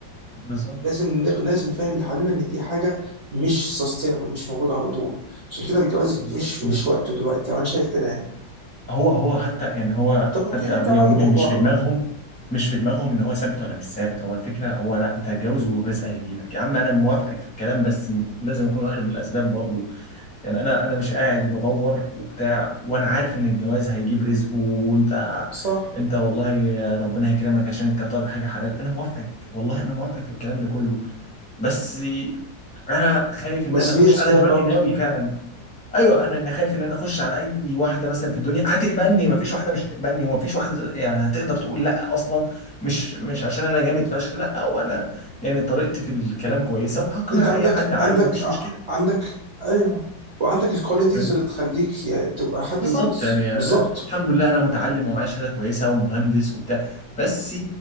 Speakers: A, in the centre; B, on the right.
A: بالظبط
B: ولازم نغ- لازم نفهم اللي حوالينا ان دي حاجه مش سستينبل مش موجوده على طول عشان كده الجواز
A: بالظبط
B: مش مش وقته دلوقتي وانا شايف كده يعني
A: هو هو حتى يعني هو
B: طب اوكي
A: حتى
B: نرجع
A: ابويا
B: بقى
A: وامي
B: لموضوعنا
A: مش في دماغهم
B: بقى
A: مش في دماغهم ان هو ثابت ولا مش ثابت هو الفكره هو لا انت هتجوز والرزق هيجيلك يا عم انا موافقك في الكلام بس م- لازم اكون واخد بالاسباب برضو يعني انا انا مش قاعد وبدور وبتاع وانا عارف ان الجواز هيجيب رزق وانت
B: صح
A: انت والله ربنا هيكرمك عشان انت طالب حاجه حلال انا موافقك والله انا موافقك في الكلام ده كله بس انا خايف ان
B: بس
A: انا اخش
B: في اسباب
A: انا دلوقتي
B: برضه
A: ناوي فعلا ايوه انا انا خايف ان انا اخش على اي واحده مثلا في الدنيا هتقبلني مفيش واحده مش هتقبلني ومفيش واحده تق- يعني هتقدر تقول لا اصلا مش مش عشان انا جامد فشخ لا وانا يعني طريقتي في الكلام كويسه وهقنع
B: انت عندك
A: اي حد عادي
B: عندك
A: مفيش
B: ع-
A: مشكله
B: عندك ايوه وعندك الكواليتيز
A: فاهم
B: اللي تخليك يعني تبقى حد
A: بالظبط
B: كويس
A: يعني آه،
B: بالظبط
A: الحمد لله انا متعلم ومعايا شهاده كويسه ومهندس وبتاع بس